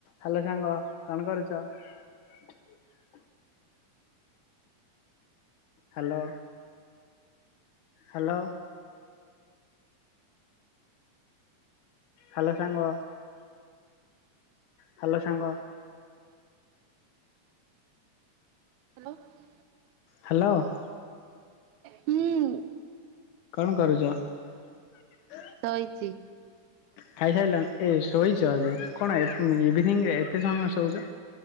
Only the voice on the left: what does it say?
Hello ସାଙ୍ଗ କଣ କରୁଛ । ହାଲୋ ହାଲୋ ହାଲୋ ସାଙ୍ଗ । ହାଲୋ ସାଙ୍ଗ ।
ହାଲୋ ।
କଣ କରୁଛ ।
ଖାଇସାଇଲନି ଏ ଶୋଇଛ ଏବେ କଣ ଇଭିନିଂରେ ଏତେ ସମୟ ଶୋଇଛ